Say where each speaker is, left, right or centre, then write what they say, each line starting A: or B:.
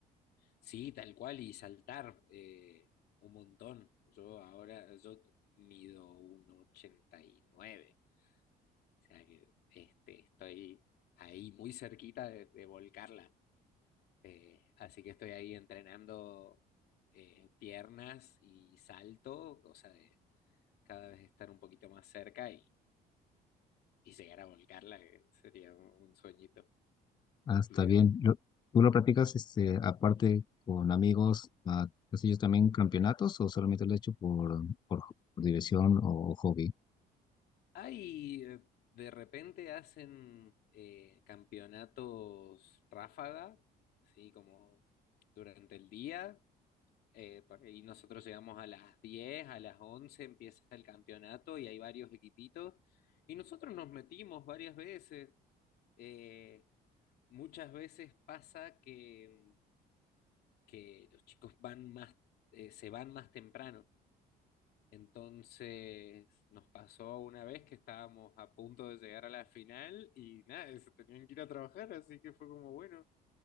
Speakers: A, on the left; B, on the left.
A: sí, tal cual y saltar eh, un montón. Yo ahora, yo mido un ochenta y nueve o sea que este, estoy ahí muy cerquita de, de volcarla. Eh, así que estoy ahí entrenando eh, piernas y salto, cosa de cada vez estar un poquito más cerca y, y llegar a volcarla, que sería un un sueñito
B: Ah,
A: cumplido.
B: está bien. Lo- ¿Tú lo practicas este, aparte con amigos, ah, pues ellos también campeonatos o solamente lo has hecho por, por, por diversión o hobby?
A: Hay, eh, de repente hacen eh, campeonatos ráfaga, así como durante el día. eh, por ahí nosotros llegamos a las 10, a las 11 empieza el campeonato y hay varios equipitos. Y nosotros nos metimos varias veces. eh, muchas veces pasa que, que los chicos van más, eh, se van más temprano. Entonces nos pasó una vez que estábamos a punto de llegar a la final y nada, se tenían que ir a trabajar, así que fue como bueno